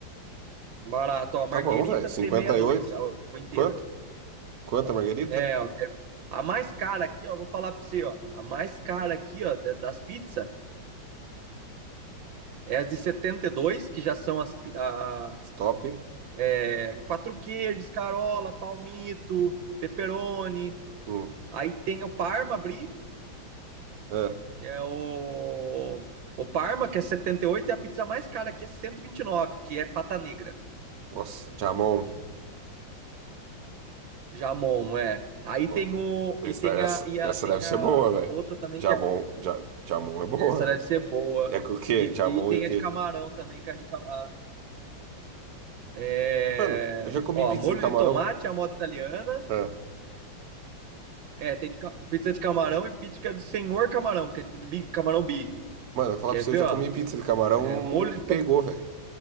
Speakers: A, on the right (about 70°); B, on the right (about 55°).
A: Barato, ó, marguerita
B: Tá bom, velho. 58.
A: c dois a inteira.
B: Quanto? Quanto a margarita?
A: É, ó, que é- a mais cara aqui, ó, vou falar pra você, ó, a mais cara aqui, ó, da- das pizzas é as de 72 que já são as pi- a,
B: Top.
A: é, quatro queijos, carola, palmito, pepperoni.
B: Hum.
A: Aí tem o Parma Brie,
B: É.
A: que é o o Parma, que é setenta e oito e a pizza mais cara aqui é cento e e vinte e nove que é pata negra.
B: Nossa, jamon.
A: Jamon, é. Aí
B: Ó,
A: tem o.
B: essa,
A: E tem
B: essa,
A: a, e a,
B: essa
A: tem
B: deve ser
A: a
B: boa, velho.
A: outra também,
B: Jamon,
A: que a-
B: ja, jamon é boa,
A: essa
B: velho.
A: deve ser boa.
B: É com o quê?
A: E,
B: Jamon
A: e tem
B: e o quê?
A: a de camarão também, que é de camarão. É,
B: Mano, eu já comi
A: ó,
B: pizza
A: molho
B: de camarão.
A: de tomate, a moda italiana.
B: É.
A: É, tem de ca- pizza de camarão e pizza que é do Senhor Camarão, que é tipo de Big, camarão Big.
B: Mano, eu falar
A: Quer
B: pra você,
A: ver,
B: eu já
A: ó?
B: comi pizza de camarão,
A: É,
B: não,
A: molho
B: não me
A: de
B: pegou,
A: tomate.
B: velho.